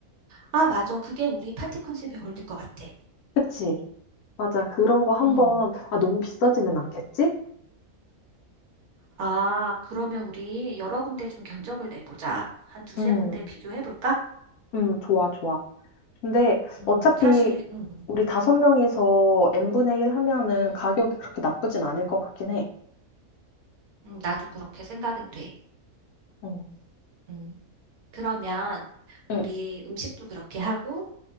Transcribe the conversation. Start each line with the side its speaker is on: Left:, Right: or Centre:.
Right: 아, 맞아. 그게 우리 파티 컨셉에 어울릴 것 같아.
Left: 그치? 맞아. 그런 거 한번,
Right: 음,
Left: 아, 너무 비싸지는 않겠지?
Right: 아, 그러면 우리 여러 군데 좀 견적을 내보자. 한 두세
Left: 음,
Right: 군데 비교해 볼까?
Left: 음, 좋아, 좋아. 근데
Right: 음,
Left: 어차피
Right: 사실, 음,
Left: 우리 다섯 명이서 n분의 1 하면은
Right: 음,
Left: 가격이 그렇게 나쁘진 않을 것 같긴 해.
Right: 음, 나도 그렇게 생각은 돼.
Left: 응.
Right: 음, 그러면 우리
Left: 응.
Right: 음식도 그렇게 하고,